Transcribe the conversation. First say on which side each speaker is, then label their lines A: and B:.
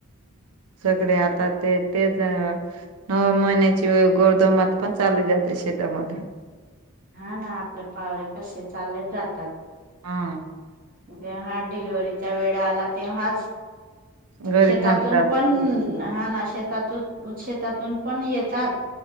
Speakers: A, on the right (about 90°); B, on the right (about 40°).
A: सगळे आता ते तेच, नऊ महिन्याची गरोदर माता पण चालली जाते. शेतामध्ये
B: हा ना आपले पावरे कसे चाललेच जातात.
A: हा
B: जेव्हा डिलिव्हरी चा वेळ आला तेव्हाच
A: घरी
B: शेतातून
A: थांबतात
B: पण हा ना शेतातून श त्यातून पण येतात.